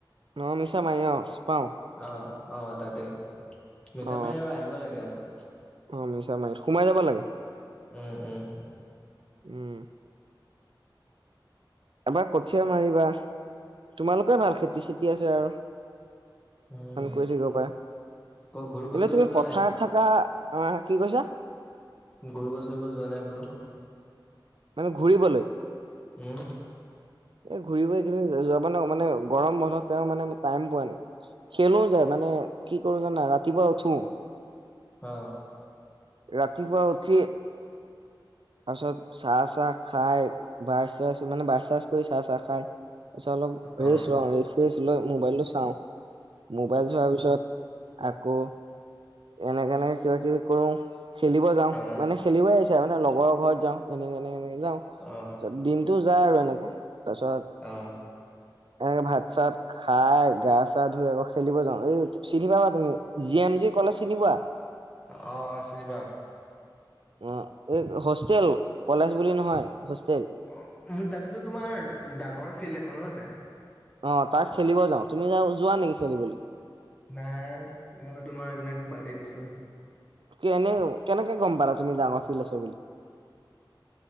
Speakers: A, on the right; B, on the left.
A: অ মিছা মাৰি অ পাওঁ
B: অ অ তাতে মিছা
A: অ
B: মাৰি আৰু আহিব লাগে আৰু
A: অ মিছা মাৰিত সোমাই যাব লাগে?
B: উম উম
A: উম এবাৰ কঠীয়া মাৰিবা তোমালোকে ভাল খেতি চেতি আছে আৰু
B: উম
A: কৰি থাকিব পাৰে
B: অ ঘূৰিব
A: এনেতুমি
B: চুৰিব যোৱা
A: পথাত
B: নাই
A: থাকা আ কি কৈছা?
B: ঘুৰিব চুৰিব যোৱা নাই বোলো?
A: মানে ঘূৰিবলৈ?
B: উম,
A: এই ঘূৰিব এইকেইদিন যাব নোৱাও মানে গৰম বন্ধত তেওঁ মানে টাইম পোৱা নাই। খেলো যে মানে কি কৰো জানা ৰাতিপুৱা উঠো।
B: অ
A: ৰাতিপুৱা উঠি তাপাছত চাহ চাহ খাই বাই চেছ মানে বাই চেছ কৰি চাহ চাহ খাই পিছে অলপ
B: অ
A: ৰেইচ
B: অ
A: লওঁ ৰেচ ৰেচ লৈ মোবাইলটো চাওঁ মোবাইল চোৱাৰ পিছত আকৌ এনেকে এনেকে কিবা কিবি কৰো খেলিব যাওঁ
B: অ
A: মানে খেলিবই আহিছে মানে লগৰৰ ঘৰত যাওঁ এনেকে এনেকে এনে এনেকে যাওঁ
B: অ
A: পিছত দিনতটো যায় আৰু এনেকে। তাছত
B: অ
A: এনেকে ভাত চাত খাই গা চা ধুই আকৌ খেলিব যাওঁ এই চিনি পাবা তুমি জি এম জিক কলেজ চিনি পোৱা
B: অ অ চিনি পাওঁ।
A: অ এই হোষ্টেল কলেজ বুলি নহয় হোষ্টেল।
B: অ উ তাতোটো তোমাৰ ডাঙৰ ফিল্ড এখনো আছে।
A: অ তাক খেলিব যাওঁ তুমি যা যোৱা নেকি খেলিবলৈ?
B: নাই মই তোমাৰ এইবিলাক বাদে দিছোঁ।
A: কেনে কেনেকে গ'ম পালা তুমি ডাঙৰ ফিল্ড আছে বুলি?